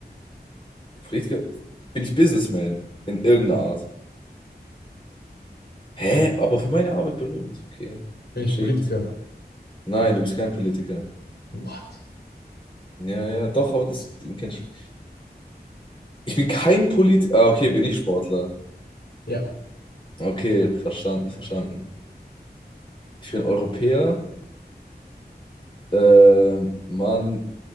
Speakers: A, on the left; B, on the left.
A: Politiker? Bin ich Businessman in irgendeiner Art? Hä? Aber für meine Arbeit berühmt. Okay,
B: Bin
A: verschickt.
B: ich Politiker?
A: Nein, du bist kein Politiker.
B: What?
A: Ja, ja, doch, aber das den kenn ich. Ich bin kein Polit. Ah, okay, bin ich Sportler.
B: Ja,
A: Okay, verstanden, verstanden. Ich bin Europäer. Ähm, Mann,